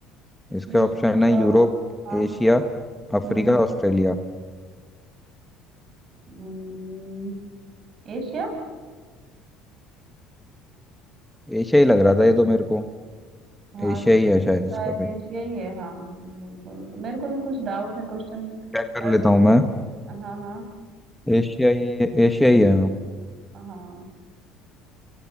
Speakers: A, in the centre; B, on the right.
A: इसके
B: विश्व
A: ऑप्शन
B: का
A: है Europe
B: हाँ
A: Asia Africa
B: हम्म
A: Australia
B: हम्म, एशिया
A: Asia ही लग रहा था ये तो मेरे को
B: हाँ
A: एशिया
B: तो
A: ही है शायद इसका
B: शायद
A: फिर
B: एशिया ही है हाँ बिल्कुल मेरे को भी कुछ डाउट है क्वेश्चन
A: चेक कर
B: पढ़
A: लेता
B: रही
A: हूँ
B: थी
A: मैं
B: हाँ हाँ
A: एशियाई एशियाई है हाँ।
B: हाँ